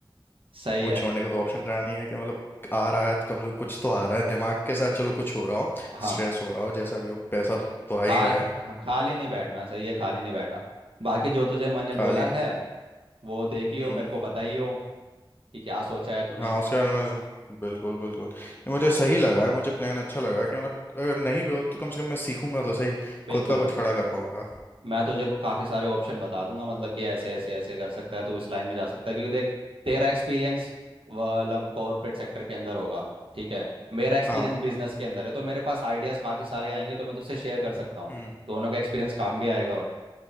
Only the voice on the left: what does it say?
वो
छोड़ने का तो ऑप्शन रहा नहीं है कि मतलब आ रहा है तो कम से कम कुछ तो आ रहा है दिमाग के साथ चलो कुछ हो रहा हो
स्ट्रेस हो रहा हो जैसा भी हो पैसा तो आ ही
रहा है
खाली नहीं
हम्म
हाँ उसके बारे में तो बिल्कुल बिल्कुल ये मुझे सही लगा है मुझे प्लान अच्छा लगा कि मतलब अगर नहीं भी हो तो कम से कम मैं सीखूंगा तो सही
खुद का कुछ खड़ा कर पाऊंगा
हाँ
हम्म